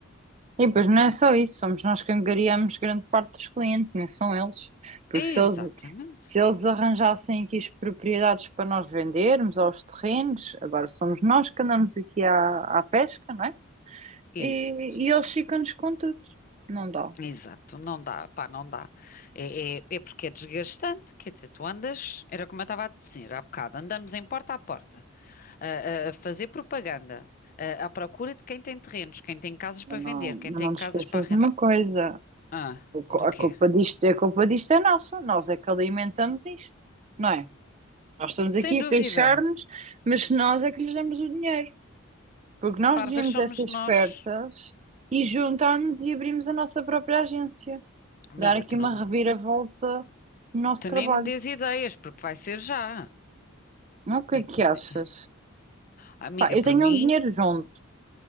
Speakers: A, on the right; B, on the left.
A: E depois não é só isso, somos nós que angariamos grande parte dos clientes, não são eles. Porque
B: Exatamente.
A: se eles, se eles arranjassem aqui as propriedades para nós vendermos, aos terrenos, agora somos nós que andamos aqui à, à pesca, não é? E,
B: Exato,
A: e eles ficam-nos com tudo. Não dá.
B: exato, não dá, pá, não dá. É, é, é porque é desgastante, quer dizer, tu andas, era como eu estava a dizer há bocado, andamos em porta a porta a, a- a fazer propaganda, a- à procura de quem tem terrenos, quem tem casas para
A: Mas não,
B: vender, quem
A: mas
B: tem
A: não te
B: casas
A: esqueças
B: para arrendar.
A: de uma coisa.
B: Ah,
A: O cu-
B: do
A: A
B: quê?
A: culpa disto, a culpa disto é nossa. Nós é que alimentamos isto, não é? Nós estamos aqui
B: Sem dúvida,
A: a queixar-nos, mas nós é que lhes damos o dinheiro. Porque nós
B: parvas
A: devíamos
B: somos
A: é ser
B: nós.
A: espertas e juntar-nos e abrirmos a nossa própria agência.
B: Amiga,
A: Dar aqui
B: tu,
A: uma
B: não, me-
A: reviravolta no nosso
B: tu
A: trabalho.
B: nem me dês ideias, porque vai ser já.
A: Não, o que é
B: É
A: que
B: que,
A: achas?
B: ne- amiga,
A: Pá, eu
B: por
A: tenho
B: mim,
A: um dinheiro junto.